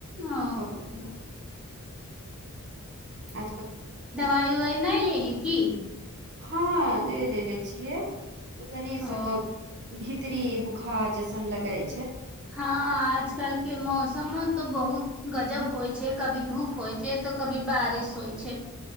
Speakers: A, in the centre; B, on the right.
A: ओ
B: कमर उमर अ
A: दवाइ उवाइ नहि लेली की
B: हँ ले लए छियै तऽ तनी से
A: ओ
B: तऽ भी स्त्री बुखार जैसन लगय
A: हँ आज कलके मौसमो त बहुत गजब होइ छै कभी धूप होइ छै त कभी बारिश होइ छै